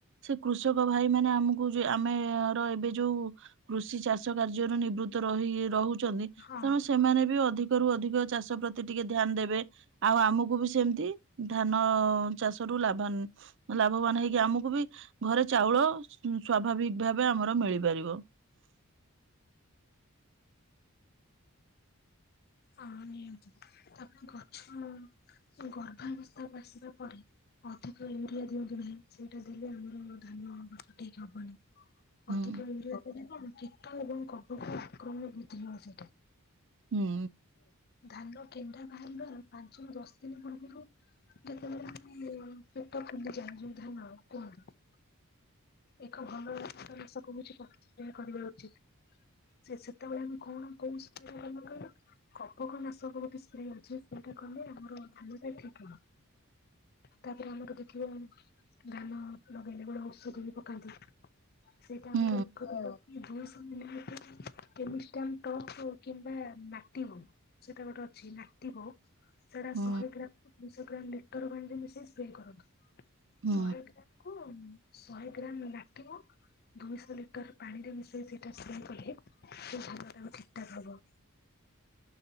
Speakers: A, on the right (about 55°); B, on the left (about 45°).
A: ସେ କୃଷକ ଭାଇ ମାନେ। ଆମକୁ ଯ, ଆମେ ର ଏବେ ଯୋଉ କୃଷି ଚାଷ। କାର୍ଯ୍ୟରୁ ନିବୃତ୍ତ ରହି ରହୁଛନ୍ତି। ତେଣୁ
B: ହଁ
A: ସେମାନେ ବି ଅଧିକ ରୁ ଅଧିକ, ଚାଷ ପ୍ରତି ଟିକେ ଧ୍ୟାନ ଦେବେ। ଆଉ ଆମକୁ ବି ସେମିତି, ଧାନ ଚାଷ ରୁ ଲାଭ ଲାଭବାନ ହେଇକି, ଆମକୁ ବି ଘରେ ଚାଉଳ ସ୍ୱାଭାବିକ ଭାବେ ଆମର ମିଳିପାରିବ। <inaudible>
B: ହଁ ନିଅନ୍ତ ତାପରେ ଗଛ ଗର୍ଭାବସ୍ଥାକୁ ଆସିବା ପରେ। ଅଧିକ ୟୁରିଆ ଦିଅନ୍ତୁ ନାହିଁ ସେଇଟା ଦେଲେ ଆମର ଧାନ ଗଛ ଠିକ ହବନି।
A: ହୁଁ
B: ଅଧିକ ୟୁରିଆ କଣ କୀଟ ଏବଂ କବକ ଆକ୍ରମ ବୁଝିବ ସେଇଟା।
A: ହୁଁ।
B: ଧାନ କେଣ୍ଡା ବାହାରିବାର ପାଞ୍ଚରୁୁ ଦଶ ଦିନ ପୂର୍ବରୁ। ଯେତେବେଳେ ପେଟ ଫୁଲି ଯାଏ ଧାନ ର କୁହନ୍ତି। ଏକ ଭଲଷ <unintelligible> କହୁଛି ପା କରିବା ଉଚିତ। ସେ ସେତେବେଳେ ଆମେ କଣ କୋଉ କରିବା କହିଲ। କବକ ନାଶକ ଗୋଟେ ସ୍ପ୍ରେ ଅଛି ସେଇଟା କଲେ ଆମର ଧାନ ଟା ଠିକ ହବ। ତାପରେ ଆମର ଦେଖିବ ଧାନ ଲଗେଇଲେ। <unintelligible> କଦି। <unintelligible> ସେଇଟା
A: ହୁଁ
B: ଆମର ଏକତା ଦୁଇଶହ ମିଲି ଲିଟର <unintelligible> କିମ୍ବା। ନାଟିବ ସେଇଟା ଗୋଟେ ଅଛି ନାଟିବୋ। ସେଟା
A: ହୁଁ
B: ଶହେ ଗ୍ରାମରୁୁ ଦୁଇଶହ ଗ୍ରାମ ଲେଟର ବାଣ୍ରେ ମିଶାଇ ସ୍ପ୍ରେ କରନ୍ତୁ।
A: ହୁଁ
B: ଶହେ ଗ୍ରାମ କୁ ଶହେ ଗ୍ରାମ ଲାଟିବ। ଦୁଇଶହ ଲିଟର ପାଣିରେ ମିଶାଇ ସେଟା ସ୍ପ୍ରେ କଲେ ସେ ଧାନ ବି ଠିକଠାକ ହବ।